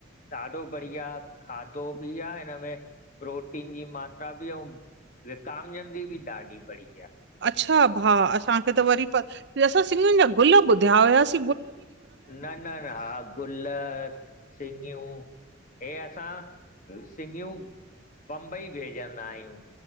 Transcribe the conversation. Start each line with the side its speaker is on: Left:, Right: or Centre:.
Left: ॾाढो बढ़िया खाधो बि आ हिनमें, प्रोटीन जी मात्रा बि ऐं विटामिन जी भी ॾाढी बढ़ी।
Right: अच्छा भा असांखे त वरी असां ससिंॻियुनि जा गुल ॿुधिया हुयास
Left: न न हा गुल सिंॻियूं हे असां सिंॻियूं बम्बई भेजंदा आहियूं।